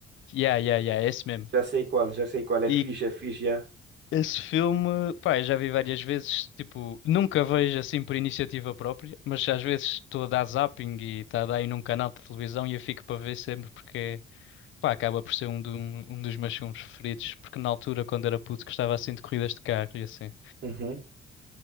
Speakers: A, on the left; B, on the right.
A: Yeah, yeah, yeah, é esse mesmo.
B: Já sei qual, já sei qual. É
A: E
B: fixe, é fixe, já.
A: esse filme, pá, eu já vi várias vezes, tipo, nunca vejo assim por iniciativa própria, mas às vezes estou a dar zapping e está a dar aí num canal de televisão e eu fico para ver sempre porque, pá, acaba por ser um, do- um dos meus filmes preferidos, porque na altura, quando era puto, gostava assim de corridas de carro e assim.
B: Uhum.